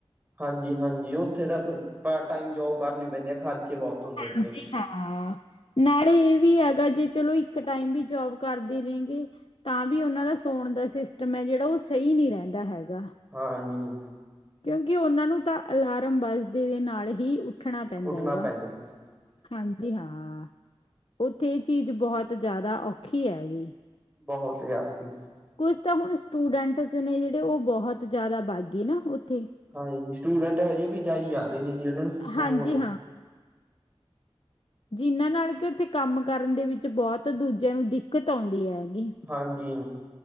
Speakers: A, on the right (about 15°); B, on the left (about 60°).
A: ਹਾਂਜੀ! ਹਾਂਜੀ! ਉੱਥੇ ਤਾਂ ਫਿਰ ਪਾਰਟ ਟਾਈਮ ਜੋਬ ਕਰਨੇ ਪੈਂਦੇ ਆ, ਖ਼ਰਚੇ ਬਹੁਤ ਹੁੰਦੇ ਨੇ
B: ਹਾਂਜੀ
A: ਜੀ ਉਥੇ।
B: ਹਾਂ! ਨਾਲੇ ਇਹ ਵੀ ਹੈਗਾ, ਜੇ ਚਲੋ ਇੱਕ ਟਾਈਮ ਵੀ ਜੋਬ ਕਰਦੇ ਨੇ ਗੇ। ਤਾਂ ਵੀ ਉਹਨਾਂ ਦਾ ਸੌਣ ਦਾ ਸਿਸਟਮ ਹੈ ਜਿਹੜਾ ਉਹ ਸਹੀ ਨਹੀਂ ਰਹਿੰਦਾ ਹੈਗਾ‌।
A: ਹਾਂਜੀ!
B: ਕਿਉਂਕਿ ਉਹਨਾਂ ਨੂੰ ਤਾਂ ਅਲਾਰਮ ਵਜਦੇ ਦੇ ਨਾਲ ਹੀ। ਉੱਠਣਾ
A: ਉੱਠਣਾ
B: ਹੈਗਾ
A: ਪੈਂਦਾ ਜੀ।
B: ਹਾਂਜੀ ਹਾਂ ਉੱਥੇ ਏ ਚੀਜ਼ ਬੋਹਤ ਜਾਦਾ ਔਖੀ ਹੈਗੀ।
A: ਬੋਹਤ ਜ <unintelligible>
B: ਕੁਝ ਤਾਂ ਹੁਣ ਸਟੂਡੈਂਟਸ ਨੇ ਜੇੜੇ ਓ ਬੋਹਤ ਜਾਦਾ ਬਾਗੇ ਨਾ ਓਥੇ।
A: ਹਾਂਜੀ। ਸਟੂਡੈਂਟ ਹਜੇ ਵੀ ਜਾਈ ਜਾ ਰੇ ਨੇ ਜੀ ਉਨਾਂ ਨੂੰ
B: ਹਾਂਜੀ
A: ਉਹ ਨੇ <inaudible>
B: ਜਿਨਾਂ ਨਾਲ ਕੀ ਉੱਥੇ ਕੰਮ ਕਰਨ ਦੇ ਵਿੱਚ ਬੋਤ ਦੂਜਿਆਂ ਨੂੰ ਦਿੱਕਤ ਔਂਦੀ ਹੈਗੀ।
A: ਹਾਂਜੀ।